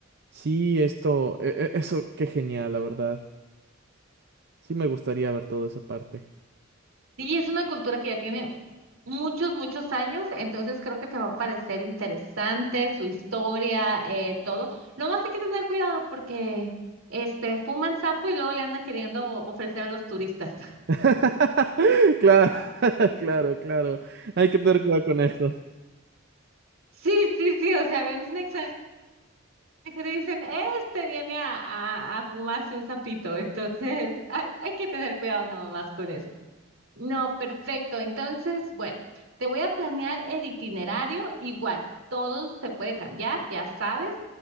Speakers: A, on the right; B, on the right.
A: Sí, esto, e- e- eso, qué genial, la verdad. Sí, me gustaría ver toda esa parte.
B: Sí, es una cultura que ya tiene muchos, muchos años, entonces creo que te va a parecer interesante su historia, eh, todo. Nomás hay que tener cuidado porque este, fuman sapo y luego le andan queriendo o- ofrecer a los turistas. <laughs>
A: <laughs> Claro, <laughs> claro, claro. Hay que tener cuidado con eso.
B: Sí, sí, sí, o sea, ven un extranjero y dicen, este viene a, a- a fumarse un sapito, entonces <laughs> hay, hay que tener cuidado nomás con eso. No, perfecto, entonces, bueno. Te voy a planear el itinerario igual. Todo se puede cambiar, ya sabes.